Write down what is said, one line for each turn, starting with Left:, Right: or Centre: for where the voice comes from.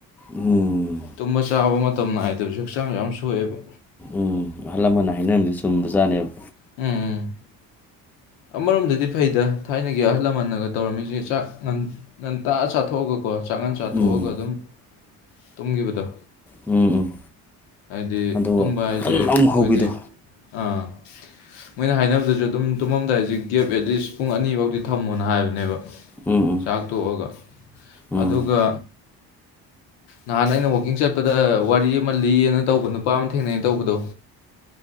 Centre: ꯎꯝ
Left: ꯇꯨꯝꯕ ꯆꯥꯕ ꯃꯇꯝ ꯅꯥꯏꯗꯕꯁꯨ ꯍꯛꯆꯥꯡ ꯌꯥꯝ ꯁꯣꯛꯑꯦꯕ
Centre: ꯎꯝ ꯑꯍꯜ ꯂꯃꯟꯅ ꯍꯥꯏꯅꯔꯝꯕꯗꯤ ꯆꯨꯝꯕꯖꯥꯠꯅꯦꯕ
Left: ꯎꯝ ꯎꯝ ꯑꯃꯔꯣꯝꯗꯗꯤ ꯐꯩꯗ ꯊꯥꯏꯅꯒꯤ ꯑꯍꯜ ꯂꯃꯟꯅꯒ ꯇꯧꯔꯝꯃꯤꯁꯦ ꯆꯥꯛ ꯉꯟꯇꯥꯅ ꯆꯥꯊꯣꯛꯑꯒꯀꯣ ꯆꯥꯛꯉꯟ ꯆꯥꯊꯣꯛꯑꯒ
Centre: ꯎꯝ
Left: ꯑꯗꯨꯝ ꯇꯨꯝꯈꯤꯕꯗꯣ
Centre: ꯎꯝ ꯎꯝ
Left: ꯍꯥꯏꯗꯤ
Centre: ꯑꯗꯨꯒ
Left: ꯇꯨꯝꯕ ꯍꯥꯏꯁꯦ
Centre: ꯀꯟꯅ ꯑꯃꯨꯛ
Left: ꯈ‌ꯣꯏꯗꯤ
Centre: ꯍꯧꯕꯤꯗꯣ
Left: ꯑꯥ ꯃꯣꯏꯅ ꯍꯥꯏꯅꯕꯗꯁꯨ ꯑꯗꯨꯝ ꯇꯨꯝꯃꯝꯗꯥꯏꯁꯤ ꯒꯦꯞ ꯑꯦꯠꯂꯤꯁ ꯄꯨꯡ ꯑꯅꯤꯐꯧꯗꯤ ꯊꯝꯃꯣꯅ ꯍꯥꯏꯕꯅꯦꯕ
Centre: ꯎꯝ ꯎꯝ
Left: ꯆꯥꯛꯇꯣꯛꯑꯒ
Centre: ꯎꯝ
Left: ꯑꯗꯨꯒ ꯅꯍꯥꯟ ꯑꯩꯅ ꯋꯥꯛꯀꯤꯡ ꯆꯠꯄꯗ ꯋꯥꯔꯤ ꯑꯃ ꯂꯤꯌꯦꯅ ꯇꯧꯕ ꯅꯨꯄꯥ ꯑꯃ ꯊꯦꯡꯅꯩ ꯇꯧꯕꯗꯣ